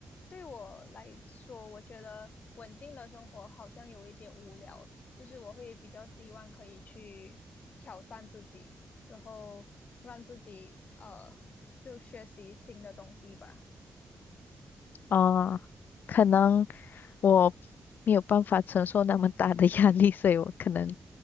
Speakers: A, on the left; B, on the left.
A: 对我来说，我觉得稳定的生活好像有一点无聊，就是我会比较希望可以去挑战自己，然后让自己呃，就学习新的东西吧。
B: 啊、可能我没有办法承受那么大的压力，所以我可能